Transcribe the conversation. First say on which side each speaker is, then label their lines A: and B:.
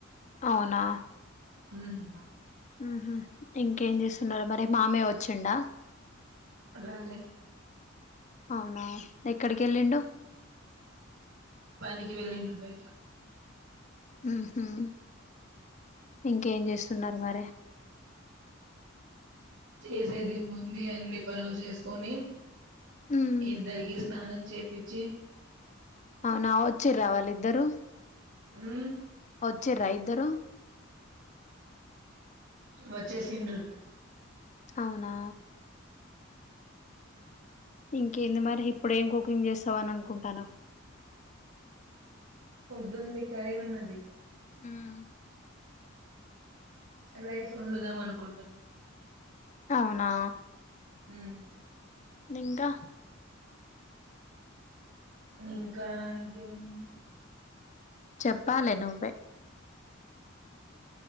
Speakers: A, on the left (about 35°); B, on the right (about 75°).
A: అవునా
B: హ్మ్
A: మ్మ్ మ్మ్ ఇంకేం చేస్తున్నారు మరి మామయ్య వచ్చిండా
B: రాలే
A: అవునా ఎక్కడికి వెళ్ళిండు
B: పనికి వెళ్ళిండు బయట
A: మ్మ్ మ్మ్ ఇంకేం చేస్తున్నారు మరే
B: చేసేదేముంది అన్ని పనులు చేసుకొని
A: ఉమ్
B: ఇద్దరికి స్నానం చె పిచి
A: అవునా వచ్చిడ్రా వాళ్ళిద్దరూ
B: హ్మ్
A: వచ్చిర్రా ఇద్దరు
B: వచ్చేసిండ్రు
A: అవునా ఇంకేంది మరి ఇప్పుడేం కుకింగ్ చేస్తావ్ అని అనుకుంటానవ్
B: ద్దుంది కర్రీ ఉన్నది
A: హ్మ్
B: రైస్ వండుదాం అనుకుంటున్నా
A: అవునా
B: హ్మ్
A: నింకా
B: ఇంకా ఇంకేముంది
A: చెప్పాలి నువ్వే